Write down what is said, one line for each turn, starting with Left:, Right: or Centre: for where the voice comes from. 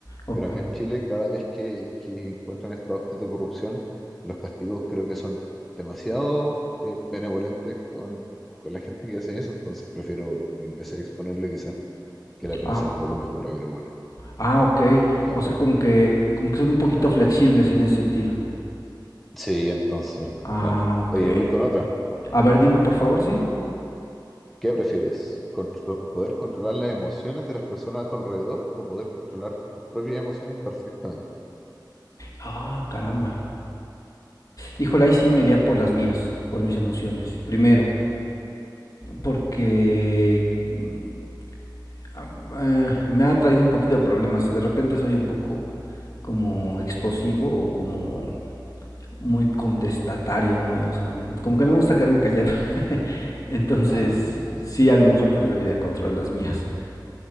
Left: o-
Centre: pero acá en Chile cada vez que, que encuentran estos actos de corrupción, los castigos creo que son demasiado eh, benevolentes con, con la gente que hace eso, entonces prefiero mil veces exponerlo quizás que la pena
Left: Ah,
Centre: sea un poco más dura, pero bueno,
Left: ah, ok.
Centre: ya.
Left: O sea, como que, como que son un poquito flexibles en ese sentido.
Centre: Sí, entonces,
Left: Ah,
Centre: bueno,
Left: ok.
Centre: oye, voy con otra.
Left: A ver, dime por favor, sí.
Centre: ¿Qué prefieres? Contro- ¿poder controlar las emociones de las personas a tu alrededor o poder controlar tus propias emociones perfectamente?
Left: Ah, caramba. Híjole, ahí sí me iría por las mías, por mis emociones. Primero, porque mm, ah, eh, me ha traído un poquito de problemas. De repente soy un poco como explosivo o como muy contestatario, muy, o sea, como que no me gusta quedarme callado. <laughs> Entonces,
Centre: Ah, ya entiendo, entiendo.
Left: sí, a lo mejor preferiría controlar las mías.